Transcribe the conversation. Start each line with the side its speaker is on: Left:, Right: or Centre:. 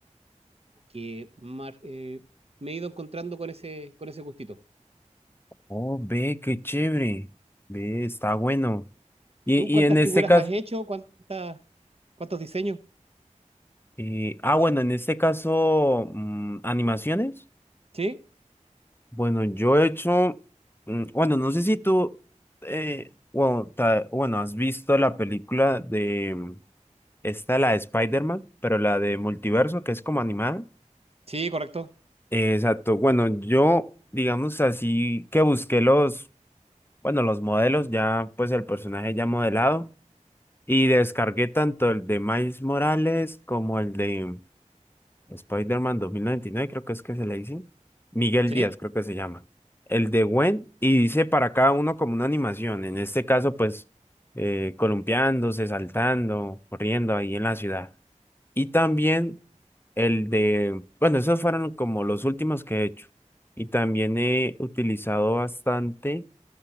Right: que mar- eh, me he ido encontrando con ese, con ese gustito.
Left: Oh, ve, qué chévere. Ve, está bueno. Y,
Right: ¿Y tú
Left: y
Right: cuántas
Left: en este
Right: figuras
Left: caso,
Right: has hecho? ¿Cuántas, cuántos diseños?
Left: eh, ah, bueno, en este caso, mm, animaciones.
Right: Sí,
Left: Bueno, yo he hecho, mm, bueno, no sé si tú, eh, bueno, ta- bueno, has visto la película de, mm, esta, la de Spider-Man, pero la de Multiverso, que es como animada.
Right: sí, correcto.
Left: Eh, exacto, bueno, yo, digamos así, que busqué los, bueno, los modelos, ya, pues el personaje ya modelado, y descargué tanto el de Miles Morales como el de Spider-Man 2099 creo que es que se le dice. Miguel
Right: Sí,
Left: Díaz, creo que se llama. El de Gwen, y dice para cada uno como una animación. En este caso, pues, eh, columpiándose, saltando, corriendo ahí en la ciudad. Y también el de, bueno, esos fueron como los últimos que he hecho. Y también he utilizado bastante